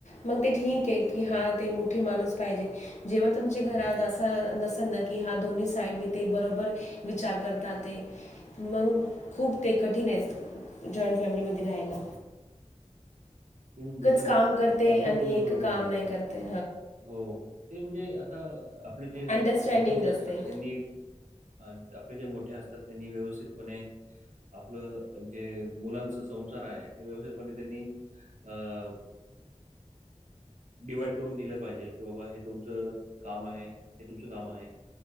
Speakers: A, on the left; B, on the right.
A: मगं ते ठीक आहे की
B: हो.
A: हां ते कुठे माणूंस पाहिजे जेव्हां तुमच्यां घरांत असं नसेल नां की हां दोन्ही साईडनी ते बरोबर विचांर करतांत ते है मंग ते खूंप ते कठीण आहेतं जॉईंट फॅमिलीमध्यें राहांयला.
B: अगदीं
A: काम करते आणि
B: तुम्हीं
A: एक
B: बरोबर
A: काम
B: बोललांत
A: नाही
B: तुम्हीं
A: करते.
B: हो ते म्हणजे आंता आपले जे
A: अंडरस्टँडिंग
B: मोठे जे
A: नसते.
B: असतांत त्यांनी अं आपले जे मोठे असतांत त्यांनी व्यवस्थितंपणे आपलं जे मुलांच संसार आहे ते व्यवथित पद्धतीने अं डिवाइड करूंन दिलं पाहिजे कि बाबां हे तुमचं कामं आहे हे तुमचं कामं आहे